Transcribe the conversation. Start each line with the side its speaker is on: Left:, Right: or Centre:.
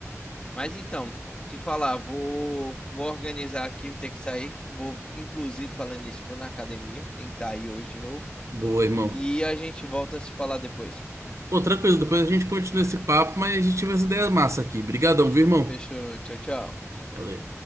Left: Mas então, te falar, vou, vou organizar aqui, vou ter que sair. Vou, inclusive, falando nisso, vou na academia, tentar ir hoje de novo.
Right: Boa, irmão.
Left: E a gente volta a se falar depois.
Right: Pô, tranquilo, depois a gente continua esse papo, mas a gente tive essa ideia massa aqui. Brigadão, viu, irmão?
Left: Fechou, tchau, tchau.
Right: Valeu.